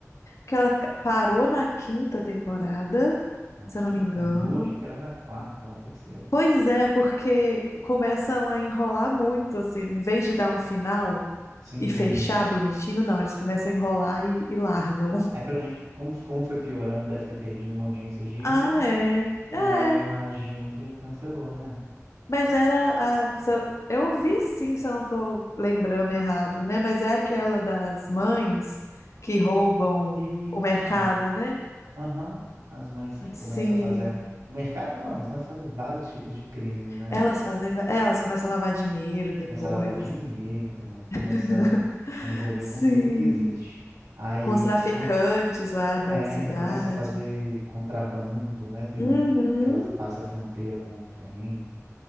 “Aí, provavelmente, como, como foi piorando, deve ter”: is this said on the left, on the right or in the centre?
Right